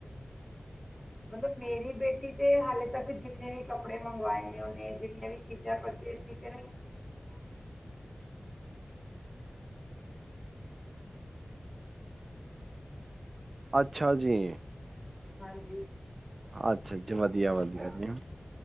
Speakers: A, on the left; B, on the right.
A: ਮਤਲਬ ਮੇਰੀ ਬੇਟੀ ਤੇ ਹਾਲੇ ਤੱਕ ਜਿੰਨੇ ਵੀ ਕੱਪੜੇ ਮੰਗਵਾਏ ਨੇ ਉਹਨੇ ਜਿੰਨੀਆਂ ਵੀ ਚੀਜ਼ਾਂ ਪਰਚੇਸ ਕੀਤੀਆਂ
B: ਅੱਛਾ ਜੀ।
A: ਹਾਂਜੀ।
B: ਅੱਛਾ, ਅੱਛਾ, ਵਧੀਆ, ਵਧੀਆ।